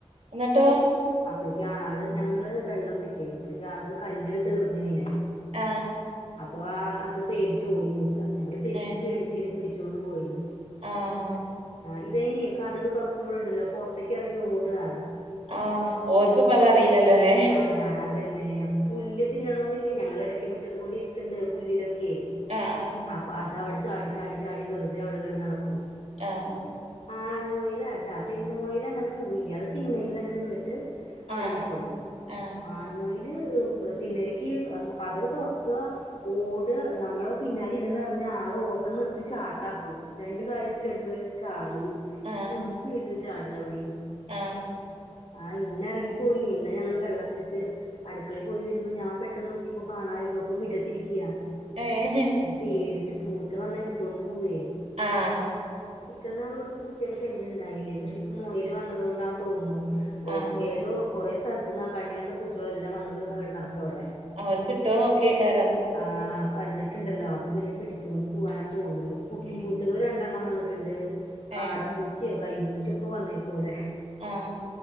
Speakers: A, on the right (about 75°); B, on the left (about 80°).
A: എന്നിട്ടോ
B: അപ്പഴേക്ക് ആള് ഞങ്ങള് വെള്ളം പിടിക്കായ്ന്നു അപ്പഴേക്ക് ആളൊരു കല്ലെടുത്തെറിഞ്ഞു അയ്നേ
A: ആഹ്
B: അപ്പൊ ആ അത് പേടിച്ചോടി പൂച്ച ഞങ്ങള് ശരിക്കും
A: ഏഹ്
B: പേടിച്ച്യ്നെ പിടിച്ചോണ്ട് പോയിന്ന്
A: ആഹ്
B: ആഹ് ഇതയ്ന് കതക് തൊറക്കുമ്പോഴുണ്ടല്ലോ പൊറത്തേക്കെറങ്ങി ഓട്കാ
A: ആഹ് ഓര്ക്കിപ്പതറിയില്ലല്ലോല്ലേ
B: ആഹ് അതന്നെ പുല്ല് തിന്നണൊന്നില്ലേ ഞങ്ങളെടയ്ക്ക് മുറ്റത് കൊണ്ട് ഇരുത്ത്ണ്ട് പുല്ലിലൊക്കെ
A: ആഹ് ആഹ്
B: അപ്പൊ അതവിടെ ചാടിച്ചാടിച്ചാടി വെറുതെ അവിടെങ്ങനെ നടക്കും
A: ആഹ്
B: ആണുമോയിലാട്ടാ പെണ്ണ്മോയിലങ്ങനെ പോവില്ല്യ അത് തിന്നങ്ങ് നിന്നിട്ട് അവിടെ
A: ആഹ്
B: നിക്കുള്ളൂ
A: ആഹ് ആഹ് ആഹ്
B: ആണ് മൊയൽ തിന്നരക്ക് കതക് തൊറക്കാ ഓട്കാ നമ്മള് പിന്നാ രുന്നറഞ്ഞ ആളോട്ടം നിർത്തി ചാട്ടാക്കും രണ്ട് കാല് വെച്ച് രണ്ട് കാല് വെച്ച് ചാടും
A: ആഹ്
B: ഫുൾ സ്പീഡില് ചാടില്ല പണി
A: ആഹ്
B: ആഹ് ഇന്നെറങ്ങിപ്പോയി ഇന്ന് ഞങ്ങൾ വെള്ളം പിടിച്ച് അടുക്കളെ പോയി വരുമ്പൊ ഞാൻ പെട്ടെന്ന് നോക്കിപ്പോ കാണല്ലനോക്കി മിറ്റത്തിരിക്ക
A: ഏഹ്
B: പേടിച്ചു പൂച്ച വന്ന എടുത്തോണ്ട് പോവേ
A: ആഹ്
B: ഇത്ര നാൾ ഇവിടെ പൂച്ചയുടെ ശല്യം ഉണ്ടായില്ലേ പക്ഷെ ഇപ്പ മൊയില് വന്നത് കൊണ്ടാണെന്ന് തോന്നുണു എവഏതോ
A: ആഹ്
B: കൊറേ സ്ഥലത്തുന്ന് ആ കണ്ണികണ്ട പൂച്ചകള എല്ലാം വന്ന് ഇവിടെ നടക്കാ അവിടെ
A: അവർ കിട്ടുമോ നോക്കിയേ ക്കാരോ
B: ആഹ് കണ്ടിട്ട് ഉണ്ടല്ലോ അപ്പ പിന്നെ പിടിച്ചോണ്ട് പോകാന തോന്ന്ന്ന് കുട്ടിപ്പൂച്ചകൾ
A: ഉം
B: രണ്ടെണ്ണം വന്നിട്ടുണ്ട് കാടം
A: ഏഹ്
B: പൂച്ചയോ കരി പൂച്ചയൊക്കെ വന്നേക്കും ഇവിടെ
A: ആഹ്